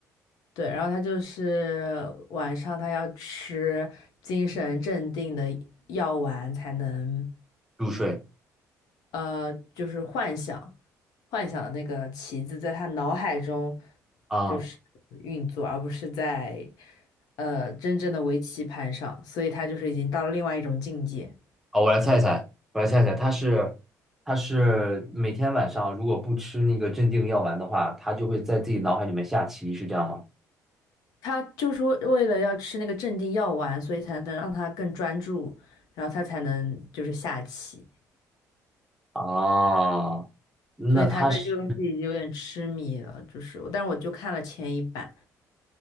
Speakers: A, on the left; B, in the centre.
A: 对，然后他就是晚上他要吃精神镇定的药丸才能。
B: 入睡
A: 呃，就是幻想，幻想的那个棋子在他脑海中
B: 啊
A: 就是运作，而不是在呃真正的围棋盘上，所以他就是已经到了另外一种境界。
B: 好我来猜一猜，我来猜一猜，它是它是每天晚上如果不吃那个镇定药丸的话，它就会在自己脑海里面下棋，是这样吗？
A: 他就是为为了要吃那个镇定药丸，所以才能让他更专注，然后他才能就是下棋，
B: 啊，那它是。
A: 所以他对这个东西已经有点痴迷了，就是，但是我就看了前一版。